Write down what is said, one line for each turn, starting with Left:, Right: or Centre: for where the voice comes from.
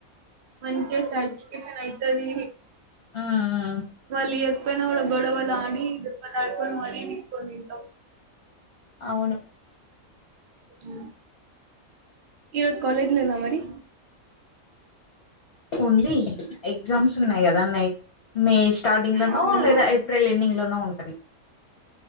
Right: మంచిగా సటిస్ఫికేషన్ అయ్యితది
Left: హ్మ్. హ్మ్.
Right: వల్లియక్ పోయిన కూడా గొడవలడి లాడుకొని మరీ తీసుకొని తింటావ్
Left: అవును
Right: మ్మ్ ఈ రోజు కాలేజ్ లేదా మరి
Left: ఉంది ఎగ్జామ్స్ కదా <unintelligible> మే స్టార్టింగ్ లోనో
Right: అవును
Left: లేదా ఏప్రిల్ ఎండింగ్ లోనో ఉంటది